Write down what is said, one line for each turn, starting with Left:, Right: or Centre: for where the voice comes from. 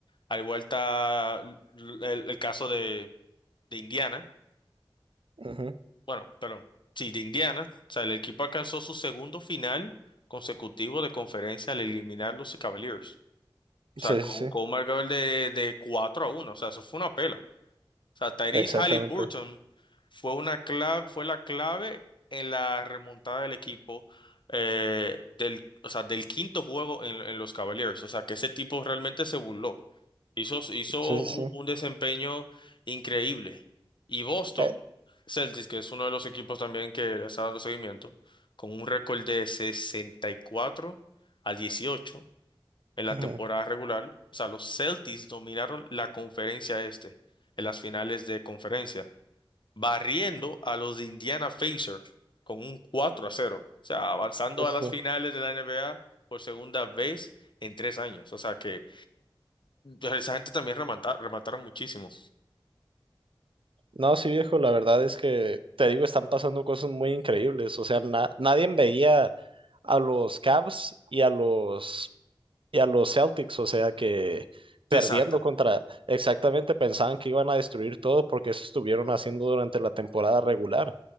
Left: Al igual está l- el, el caso de, de Indiana.
Right: Ujú.
Left: bueno, perdón, sí, de Indiana, o sea, el equipo alcanzó su segundo final consecutivo de conferencia al eliminar los Cavaliers. O sea,
Right: Sí,
Left: con,
Right: sí, sí,
Left: con un marcador de, de 4 a uno, o sea, eso fue una pela. O sea, Tyrese
Right: exactamente.
Left: Halliburton fue, una clave, fue la clave en la remontada del equipo eh, del, o sea, del quinto juego en, en los Cavaliers. O sea, que ese tipo realmente se burló. Hizo, hizo
Right: Sí, sí,
Left: un,
Right: sí.
Left: un desempeño increíble. Y Boston
Right: Eh,
Left: Celtics, que es uno de los equipos también que le está dando seguimiento, con un récord de sesenta y cuatro a dieciocho en la
Right: ujú.
Left: temporada regular. O sea, los Celtics dominaron la conferencia este en las finales de conferencia, barriendo a los de Indiana Pacers con un 4 a cero. O sea, avanzando
Right: Sí, sí,
Left: a las
Right: sí.
Left: finales de la NBA por segunda vez en tres años. O sea, que pero esa gente también remata- remataron muchísimo.
Right: No, sí, viejo, la verdad es que te digo, están pasando cosas muy increíbles, o sea, na- nadie veía a los Cavs y a los y a los Celtics, o sea que perdiendo
Left: Exacto,
Right: contra, exactamente pensaban que iban a destruir todo porque eso estuvieron haciendo durante la temporada regular.